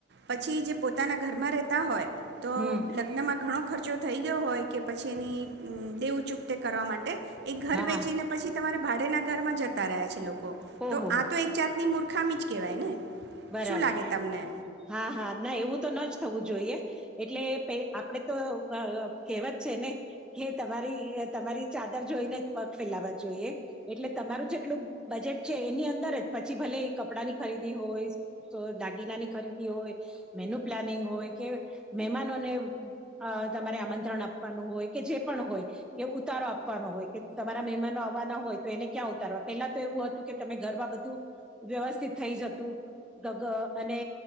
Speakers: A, on the right; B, in the centre.
A: પછી જે પોતાના ઘરમાં રહેતા હોય તો
B: હમ.
A: લગ્નમાં ઘણો ખર્ચો થઈ ગયો હોય કે પછી એની દેવચૂક તે કરવા માટે. એ ઘર
B: હા
A: વેચીને પછી તમારે ભાડેના ઘરમાં જતા રહ્યા છે લોકો.
B: ઓહો
A: તો
B: હો
A: આ તો એક જાત ની મૂર્ખામી જ કહેવાય ને.
B: બરાબર
A: શું લાગે તમને?
B: હા હા ના એવું તો ન જ થવું જોઈએ એટલે પે આપણેે તો કહેવત છે ને કે તમારી તમારી ચાદર જોઈને જ પગ ફેલાવા જોઈએ એટલે તમારું જેટલું બજેટ છે એની અંદર જ પછી ભલે કપડાં ની ખરીદી હોય તો દાગીનાની ખરીદી હોય મેન્યુ પ્લાનિંગ હોય કે મહેમાનોને અ તમારે આમંત્રણ આપવાનું હોય કે જે પણ હોય કે ઉતારો આપવાનો હોય કે તમારા મહેમાનો આવવાના હોય તો એને ક્યાં ઉતારવા પેલા તો એવું હતું કે તમે ઘરમાં બધું વ્યવસ્થિત થઈ જતું અને